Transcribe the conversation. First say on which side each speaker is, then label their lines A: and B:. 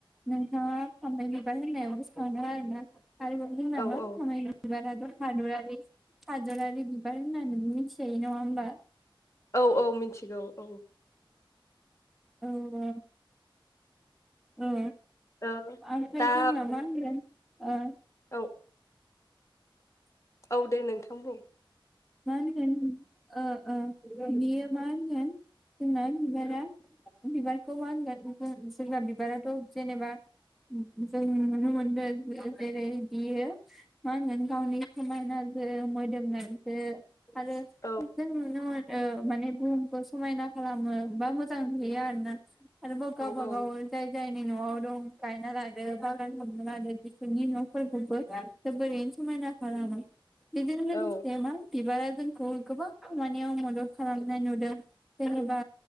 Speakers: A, in the centre; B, on the left.
A: नोंथाङा फामे बिबार गोसो खांदों आरोना। आरोबाव जोंनामा
B: औ
A: <unintelligible>
B: औ
A: हादरारि हादरारि बिबार होननानै मिथिजायो नङा होमबा।
B: औ औ मिथिगौ। औ
A: औ ओ ओ।
B: ओ
A: आमफाय
B: दा
A: जोंहा मा होनगोन ओ
B: औ। औ दे नोंथां बुं।
A: मा होनगोन ओ ओ बियो मा होनगोन जोंना बिबारा बिबारखौ मा होनगोन सोरबा बिबाराथ' जेनेबा जों नुनो मोनदों जेरै बियो मा होनगोन गावनि समायनाजों मोदोमनाय रो आरो
B: औ
A: जों नुनो मोन ओ माने बुहुमखौ समायना खालामो बा मोजां नुयो आरो ना। आरो गावबा
B: औ औ
A: गाव जाय जाय जोंनि न'आव दं गायना लादों बागान हाबना लादों बिसोरनि न'फोरखौबो जोबोरैनो समायना खालामो। बेजों लोगोस
B: औ
A: बिबारा जोंखौ गोबां खामानियाव मदद खालामनाय नुदों जेनेबा